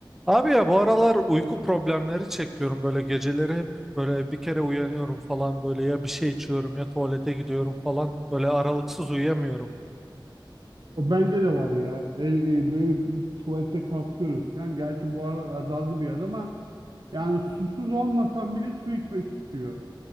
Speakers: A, in the centre; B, on the right.
A: Abi ya bu aralar uyku problemleri çekiyorum böyle geceleri hep böyle bir kere uyanıyorum falan böyle ya bir şey içiyorum ya tuvalete gidiyorum falan böyle aralıksız uyuyamıyorum.
B: O bende de var ya. El- e, böyle bir tuvalete kalkıyorum falan. Gerçi bu aralar azaldı biraz ama yani susuz olmasam bile su içmek istiyor